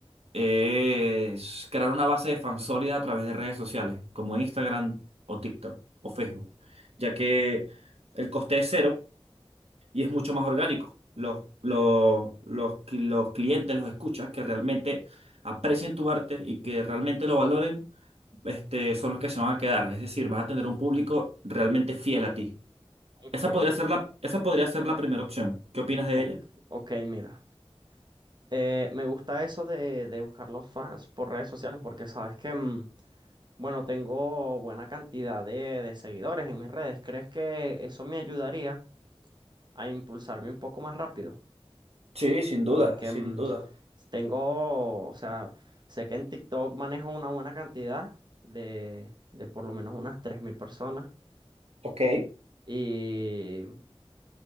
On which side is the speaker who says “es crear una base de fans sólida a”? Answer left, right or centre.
Right